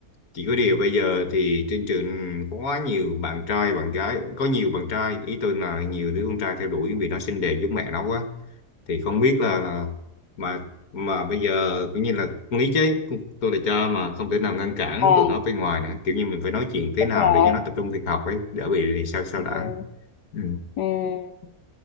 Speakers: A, on the left (about 60°); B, on the left (about 80°).
A: chỉ có điều bây giờ thì trên trường có quá nhiều bạn trai bạn gái có nhiều bạn trai ý tôi là nhiều đứa con trai theo đuổi vì nó xinh đẹp giống mẹ nó quá thì không biết là, là mà mà bây giờ cũng như là con lý chứ con- tôi là cho mà không thể nào ngăn cản
B: à
A: tụi nó bên ngoài nữa kiểu như mình phải nói chuyện thế
B: đúng
A: nào
B: rồi
A: để cho nó tập trung việc học ấy đỡ bị sao sao
B: ừ
A: lãng ừ.
B: ừ